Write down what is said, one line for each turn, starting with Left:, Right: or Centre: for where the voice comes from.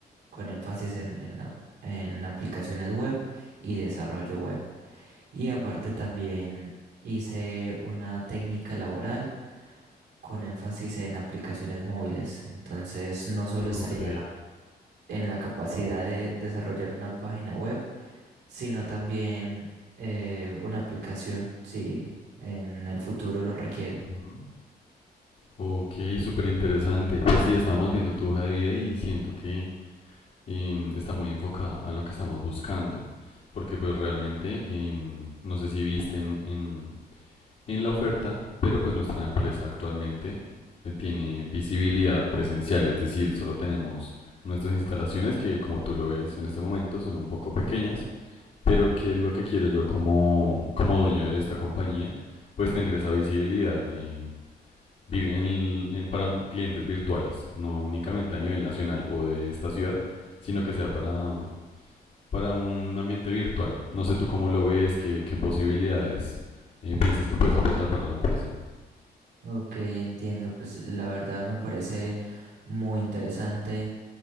Right: con énfasis en, en ap- en aplicaciones web y desarrollo web. Y aparte también hice una técnica laboral con énfasis en aplicaciones móviles. Entonces, no solo estaría
Left: Ok.
Right: en la capacidad de desarrollar una página web, sino también eh, una aplicación, si en el futuro lo requieren.
Left: Ujú. Ok, súper interesante. Pues sí, estábamos viendo tu hoja de vida y siento que em, está muy enfocada a lo que estamos buscando, porque pues realmente, em, no sé si viste en, en- en la oferta, pero pues nuestra empresa actualmente eh, tiene visibilidad presencial, es decir, solo tenemos nuestras instalaciones que como tú lo ves en este momento son un poco pequeñas, pero ¿qué es lo que quiero yo como, como dueño de esta compañía? Pues tener esa visibilidad eh, en en- para clientes virtuales, no únicamente a nivel nacional o de esta ciudad, sino que sea para, para un ambiente virtual. No sé tú cómo lo ves, qué, qué posibilidades eh, piensas que puedes aportar para la empresa.
Right: Ok, entiendo. Pues la verdad me parece muy interesante.